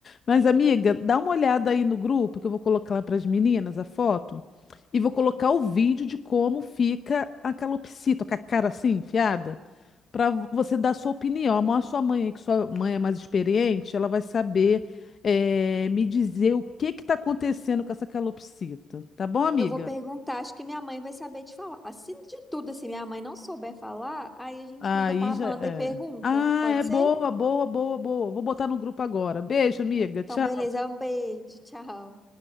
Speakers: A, on the left; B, in the centre.
A: Mas, amiga, dá uma olhada aí no grupo que eu vou colocar lá para as meninas a foto. E vou colocar o vídeo de como fica a calopsita, com a cara assim, enfiada. para você dar sua opinião. A sua mãe, aí, que sua mãe é mais experiente, ela vai saber eh, me dizer o que que está acontecendo com essa calopsita. Tá bom, amiga?
B: Eu vou perguntar, acho que minha mãe vai saber te falar. Se de tudo assim minha mãe não souber falar, aí a gente
A: Aí
B: liga pra Amanda
A: já é.
B: e pergunta.
A: Ah,
B: Pode
A: é boa,
B: ser?
A: boa, boa, boa. Vou botar no grupo agora. Beijo, amiga.
B: Então,
A: Tchau.
B: beleza, um beijo, tchau.